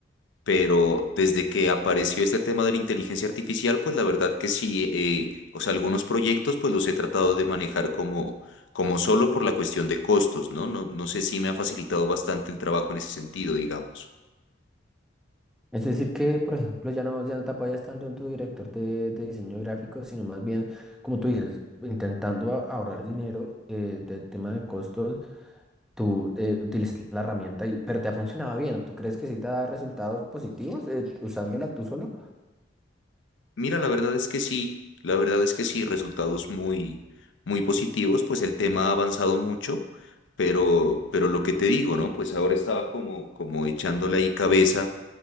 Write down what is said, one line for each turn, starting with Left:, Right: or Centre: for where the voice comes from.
Left: pero desde que apareció este tema de la inteligencia artificial, pues la verdad que sí, eh, o sea, algunos proyectos pues los he tratado de manejar como, como solo por la cuestión de costos, ¿no? No, no sé si me ha facilitado bastante el trabajo en ese sentido, digamos.
Centre: Es decir, que, por ejemplo, ya no, ya no te apoyas tanto en tu director de, de diseño gráfico, sino más bien, como tú dices, intentando a- ahorrar dinero eh, del tema de costos, tú eh, utilizas la herramienta, y, pero te ha funcionado bien. ¿Tú crees que sí te da resultados positivos eh, usándola tú solo?
Left: Mira, la verdad es que sí, la verdad es que sí, resultados muy, muy positivos, pues el tema ha avanzado mucho, pero, pero lo que te digo, ¿no? Pues ahora estaba como, como echándole ahí cabeza